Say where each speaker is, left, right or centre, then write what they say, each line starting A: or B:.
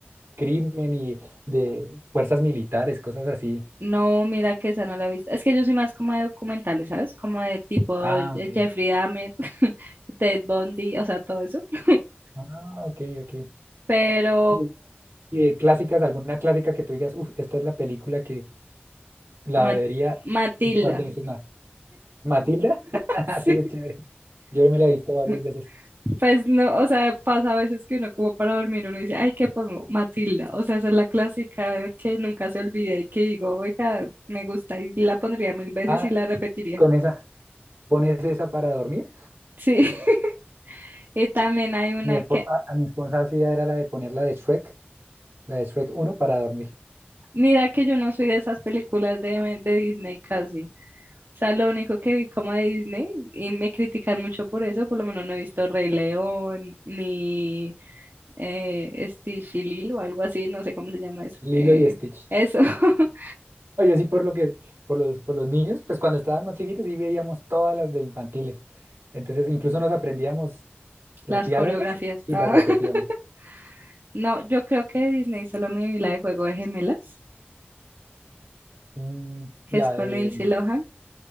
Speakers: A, on the right; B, on the right.
A: crimen y de fuerzas militares, cosas así.
B: No, mira que esa no la he visto. Es que yo soy más como de documentales, ¿sabes? Como de tipo Je-
A: Ah, ok.
B: Jeffrey Dahmer, <laughs> Ted Bundy, o sea, todo eso. <laughs>
A: Ah, ok, ok.
B: Pero
A: Y y de clásicas, alguna clásica que tú digas, uff, esta es la película La
B: Ma-
A: vería
B: Matilda.
A: un par de veces más. Matilda, <laughs>
B: <laughs>
A: sí es chévere. Yo me la he visto varias
B: Sí.
A: veces.
B: Pues no, o sea, pasa a veces que uno como para dormir, uno dice, ay, ¿qué pongo? Matilda, o sea, esa es la clásica que nunca se olvida y que digo, oiga, me gusta y la pondría mil veces
A: Ah,
B: y la repetiría.
A: con esa, pones esa para dormir.
B: Sí, <laughs> y también hay una
A: Mi esposa,
B: que,
A: a mi esposa hacía era la de poner la de Shrek, la de Shrek uno para dormir.
B: mira que yo no soy de esas películas de, de Disney casi, o sea, lo único que vi como de Disney y me critican mucho por eso, por lo menos no he visto Rey León ni eh, Stitch y Lilo o algo así, no sé cómo se llama eso.
A: Lilo
B: eh,
A: y Stitch.
B: eso. <laughs>
A: No, Yo sí por lo que, por los, por los niños, pues cuando estaban más chiquitos sí veíamos todas las de infantiles. Entonces incluso nos aprendíamos los
B: Las
A: diálogos
B: coreografías.
A: y
B: Ah.
A: las repetíamos.
B: <laughs> No, yo creo que de Disney solo me vi la de Juego de Gemelas,
A: Mm,
B: que
A: la
B: es con
A: de
B: Lindsay Lohan.